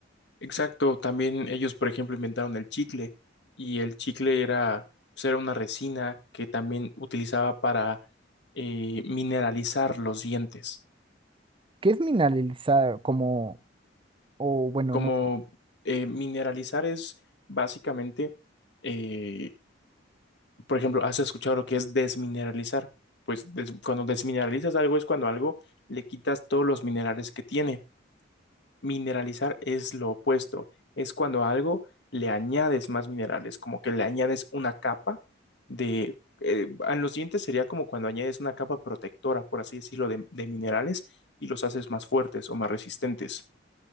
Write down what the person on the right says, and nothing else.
que es mineralizar como, o bueno,
no.